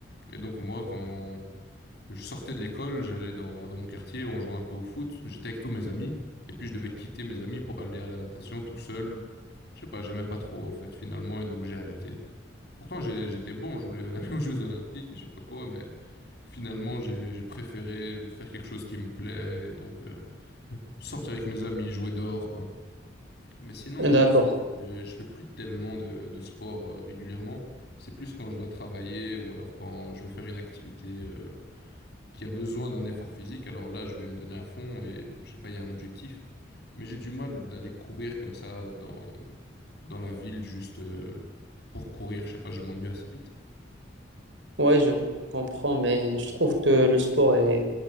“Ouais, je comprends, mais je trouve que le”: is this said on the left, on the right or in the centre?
Right